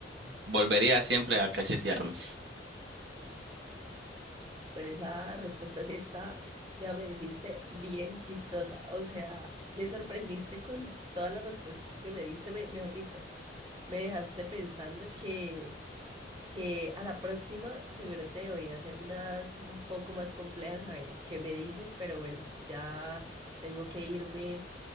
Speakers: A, on the right; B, on the right.
A: volvería siempre a cachetearme.
B: Bueno, esa respuesta sí está, déjame decirte, bien chistosa. O sea, me sorprendiste con todas las respuestas que me diste, me- mejor dicho, me dejaste pensando que, que a la próxima seguro te voy a hacer unas un poco más complejas, a ver qué me dices, pero bueno, ya tengo que irme,